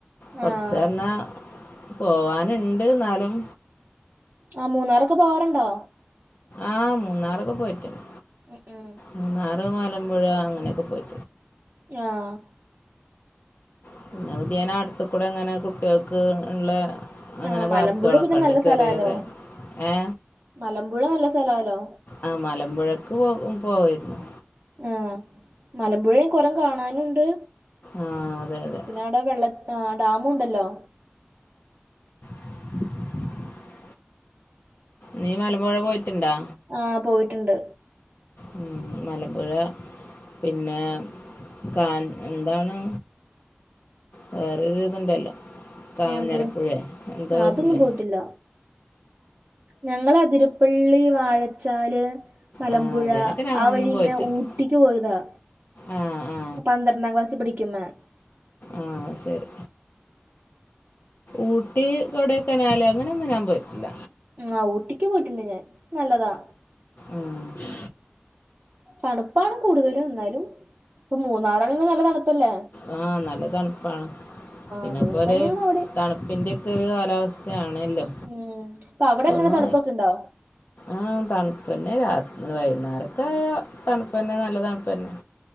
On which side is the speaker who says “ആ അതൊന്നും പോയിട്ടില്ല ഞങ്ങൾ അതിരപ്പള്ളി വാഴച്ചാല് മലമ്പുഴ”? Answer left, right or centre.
Right